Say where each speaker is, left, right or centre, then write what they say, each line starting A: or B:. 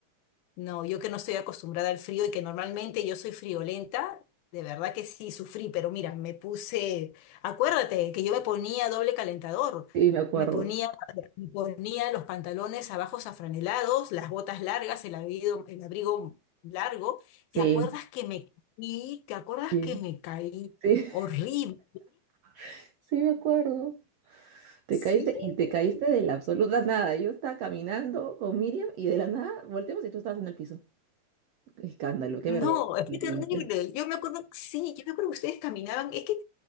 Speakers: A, on the left (about 80°); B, on the right (about 80°).
A: No, yo que no estoy acostumbrada al frío y que normalmente yo soy friolenta, de verdad que sí sufrí, pero mira, me puse, acuérdate que yo me ponía doble calentador,
B: Sí, me acuerdo.
A: me ponía, me ponía los pantalones abajo afranelados, las botas largas, el abrigo, el abrigo largo.
B: Sí,
A: ¿Te acuerdas que me caí? ¿Te acuerdas
B: sí,
A: que me caí?
B: sí,
A: Horrible.
B: <laughs> sí, me acuerdo. Te
A: Sí.
B: caíste y te caíste de la absoluta nada. Yo estaba caminando con Miriam y de la nada volteamos y tú estabas en el piso. Qué escándalo, qué
A: No,
B: vergüenza. Realmente.
A: fue terrible. Yo me acuerdo, sí, yo me acuerdo que ustedes caminaban, es que